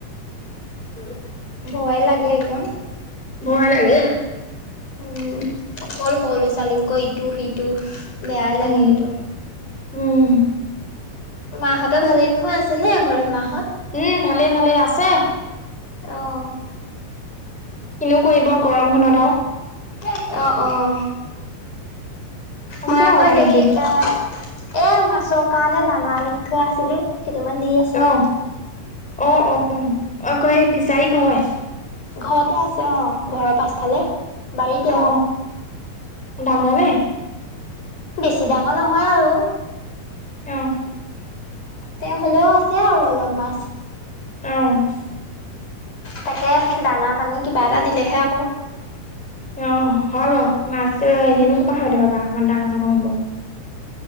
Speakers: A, in the centre; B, on the left.
A: উম <inaudible>
B: ভয় লাগে একদম
A: ভয় লাগে
B: উম অকল সৰু লৰা ছোৱালী <unintelligible> টো সিটো বেয়াই লাগে
A: উম
B: একদম
A: উম
B: মা হতৰ ভালে নহয় আছে নে ঘৰত মা হত
A: উম ভালেই ভালেই আছে
B: অহ
A: কিনো কৰিব গৰম খনত
B: অহ অহ
A: আছো
B: মই আকৌ
A: আৰু তেনেকেই
B: হেৰি এ এ মাছৰ কাৰণে দানা আনি থোৱা আছিলে কেইটামান দি আছো।
A: অ অ' অ' অক এই ফিচাৰী কয়।
B: ঘৰতে আছে অ' ঘৰৰ পাছফালে বাৰীতে
A: অ
B: আও
A: ডাঙৰ নে?
B: বেছি ডাঙৰ নহয় আৰু।
A: অ',
B: তে হ'লেও আছে আৰু অলপ মাছ।
A: অ',
B: তাকে দানা-পানী কিবা এটা দিলেহে আকৌ
A: অ', হয় বাৰু মাছ <unintelligible>
B: উম
A: নো পৰা খাবলে পাবা অকমান ডাঙৰ-চাঙৰ হ'ব।